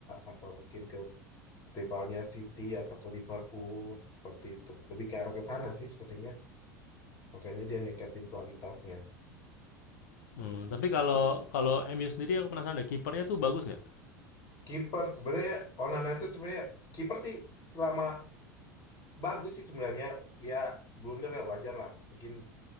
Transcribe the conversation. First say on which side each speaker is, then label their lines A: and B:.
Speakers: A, on the left; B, on the left.
A: atau mungkin ke rivalnya City atau ke Liverpool seperti itu. Lebih ke arah ke sana sih sepertinya. Makanya dia ningkatin kualitasnya.
B: Hmm,
A: Gitu.
B: tapi kalau kalau MU sendiri aku penasaran deh kipernya tuh bagus nggak?
A: Kiper sebenarnya Onana itu sebenarnya kiper sih selama bagus sih sebenarnya ya blunder ya wajar lah. Mungkin